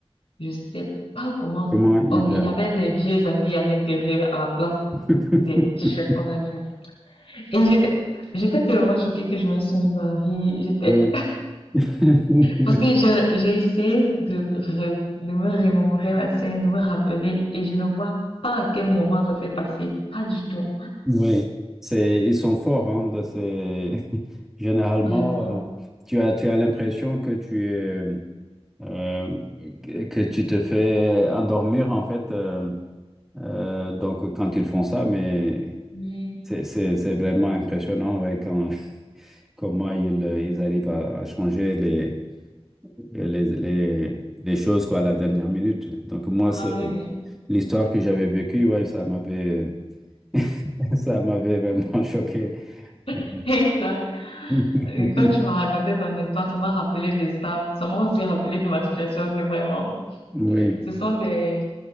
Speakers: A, on the left (about 70°); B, in the centre.
A: je sais pas comment
B: Comment il
A: on, il
B: a...
A: y avait des vieux habits à l'intérieur à la place
B: <laughs>
A: des t-shirts qu'on a vus. Et j'étais, j'étais tellement choquée que je me suis mise à rire. J'étais,
B: Oui. <laughs>
A: Parce que je- j'ai essayé de, re- de me remémorer la scène, de me rappeler, et je ne vois pas à quel moment ça s'est passé. Pas du tout.
B: Oui. C'est, ils sont forts. hein, dans ces- <laughs> Généralement,
A: Attends,
B: euh, tu as, tu as l'impression que tu es, euh, que que tu te fais endormir, en fait, euh, euh, donc quand ils font ça, mais
A: oui.
B: c'est c'est- c'est vraiment impressionnant ouais, quand, comment ils, euh, ils arrivent à, à changer les, les, les, les choses quoi, à la dernière minute. Donc moi, c'est
A: Ah oui, oui.
B: l'histoire que j'avais vécue, ouais, ça m'avait <laughs> ça m'avait vraiment choqué.
A: <laughs>
B: Euh,
A: Exact.
B: <laughs>
A: Et Quand tu m'as raconté ton histoire, ça m'a rappelé de ça. Ça m'a aussi rappelé de ma situation. C'est vraiment,
B: Oui,
A: ce sont des,